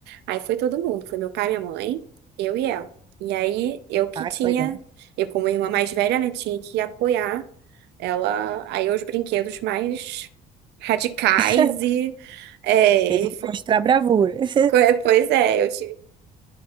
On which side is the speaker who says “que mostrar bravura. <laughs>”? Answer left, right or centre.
Right